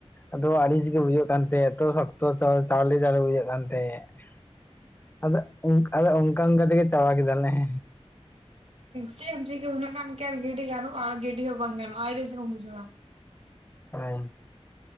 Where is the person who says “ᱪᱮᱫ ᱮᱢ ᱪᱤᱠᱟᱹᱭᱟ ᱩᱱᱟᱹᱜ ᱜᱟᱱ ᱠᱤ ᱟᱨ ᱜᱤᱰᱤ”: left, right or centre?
Right